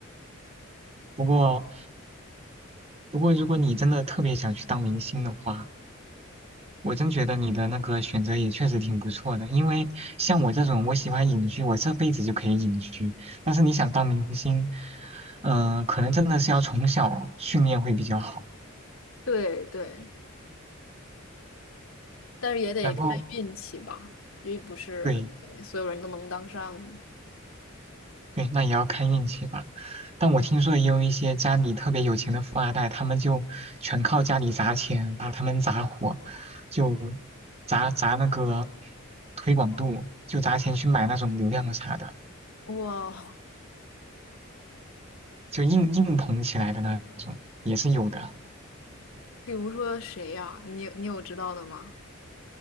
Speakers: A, on the right; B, on the left.
A: 不过不过如果你真的特别想去当明星的话，我真觉得你的那个选择也确实挺不错的，因为像我这种，我喜欢隐居，我这辈子就可以隐居。但是你想当明星，嗯、可能真的是要从小训练会比较好。
B: <laughs> 对对，但是也得看运气吧，
A: 然后，
B: 因为不是对所有人都能当上的。
A: 对对，那也要看运气吧。但我听说也有一些家里特别有钱的富二代，他们就全靠家里砸钱，把他们砸火，就砸砸那个推广度，就砸钱去买那种流量啥的。
B: 哇，
A: 就硬硬捧起来的那种，也是有的。
B: 比如说谁呀？你你有知道的吗？